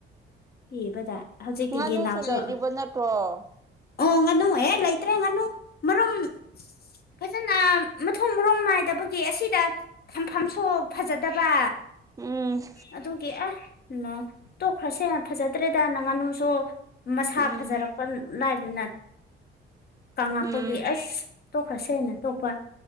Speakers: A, on the left; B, on the right.
A: ꯄꯤꯕꯗ ꯍꯧꯖꯤꯛꯇꯤ
B: ꯉꯥꯅꯨꯁꯨ
A: ꯌꯦꯟꯅꯥꯎꯁꯨ
B: ꯂꯩꯔꯤꯕ ꯅꯠꯇ꯭ꯔꯣ
A: ꯑꯣ ꯉꯥꯅꯨ ꯍꯦꯛ ꯂꯩꯇ꯭ꯔꯦ ꯉꯥꯅꯨ ꯃꯔꯨꯝ ꯐꯖꯅ ꯃꯊꯣꯡ ꯃꯔꯣꯡ ꯅꯥꯢꯗꯕꯒꯤ ꯑꯁꯤꯗ ꯊꯝꯐꯝꯁꯨ ꯐꯖꯗꯕ꯫
B: ꯎꯝ
A: ꯑꯗꯨꯒꯤ ꯑꯦ ꯇꯣꯛꯈ꯭ꯔꯁꯦ ꯐꯖꯗ꯭ꯔꯦꯗꯅ ꯉꯥꯅꯨꯁꯨ ꯃꯁꯥ
B: ꯎꯝ
A: ꯐꯖꯔꯛꯄ ꯂꯥꯢꯗꯅ ꯀꯪꯂꯛꯄꯒꯤ
B: ꯎꯝ
A: ꯑꯁ ꯇꯣꯛꯈ꯭ꯔꯁꯦꯅ ꯇꯣꯛꯄ